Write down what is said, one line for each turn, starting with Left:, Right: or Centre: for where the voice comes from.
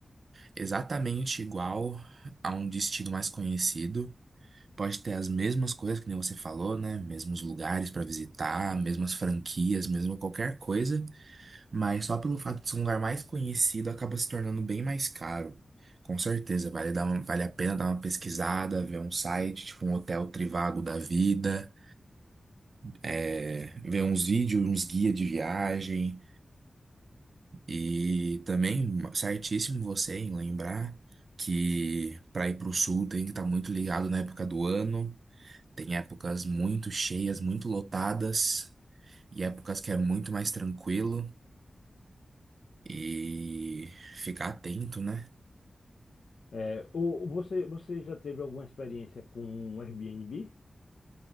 Right: exatamente igual a um destino mais conhecido. Pode ter as mesmas coisas que nem você falou, né? Mesmos lugares para visitar, mesmas franquias, mesmo qualquer coisa. Mas só pelo fato de ser um lugar mais conhecido, acaba se tornando bem mais caro. Com certeza, vale dar uma- vale a pena dar uma pesquisada, ver um site, tipo um hotel Trivago da vida, é, ver uns vídeos, uns guia de viagem. E também, certíssimo você em lembrar que para ir para o sul tem que estar muito ligado na época do ano. Tem épocas muito cheias, muito lotadas, e épocas que é muito mais tranquilo. E ficar atento, né?
Left: É, o, o- você, você já teve alguma experiência com um Airbnb?